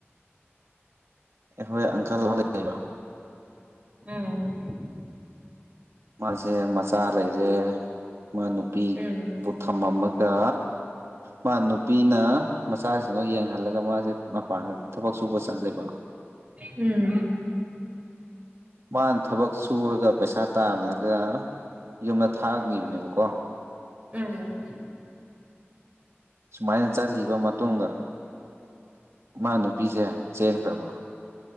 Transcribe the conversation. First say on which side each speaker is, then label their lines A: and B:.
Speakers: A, on the right; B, on the right.
A: ꯑꯩꯈꯣꯏ ꯑꯪꯀꯜ ꯑꯃ ꯂꯩꯕ
B: ꯎꯝ
A: ꯃꯥꯁꯦ ꯃꯆꯥ ꯂꯩꯔꯦ ꯃꯥ ꯅꯨꯄꯤꯗꯨ
B: ꯎꯝ
A: ꯊꯥꯃꯝꯃꯒ ꯃꯥ ꯅꯨꯄꯤꯅ ꯃꯆꯥꯁꯤꯡꯗꯣ ꯌꯦꯡꯍꯜꯂꯒ ꯃꯥꯁꯦ ꯃꯄꯥꯟꯗ ꯊꯕꯛ ꯁꯨꯕ ꯆꯠꯂꯦꯕ
B: ꯎꯝ
A: ꯃꯥꯅ ꯊꯕꯛ ꯁꯨꯔꯒ ꯄꯩꯁꯥ ꯇꯥꯜꯂꯒ ꯌꯨꯝꯗ ꯊꯥꯒꯤꯕꯅꯦꯕꯀꯣ
B: ꯎꯝ
A: ꯁꯨꯃꯥꯏꯅ ꯆꯠꯂꯤꯕ ꯃꯇꯨꯡꯗ ꯃꯥꯅ ꯅꯨꯄꯤꯁꯦ ꯆꯦꯟꯈ꯭ꯔꯕꯣ